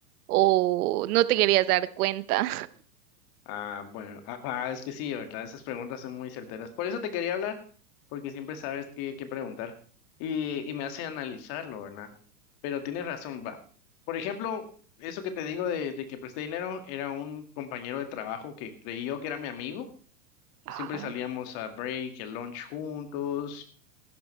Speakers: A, on the right; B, on the left.
A: o no te querías dar cuenta.
B: Ah, bueno, ajá, es que sí, ¿verdad? Esas preguntas son muy certeras. Por eso te quería hablar, porque siempre sabes qué, qué preguntar y, y me hace analizarlo, ¿verdad? Pero tienes razón, va. Por ejemplo, eso que te digo de, de que presté dinero era un compañero de trabajo que creí yo que era mi amigo, que
A: <laughs> Ajá,
B: siempre salíamos a break, el lunch juntos,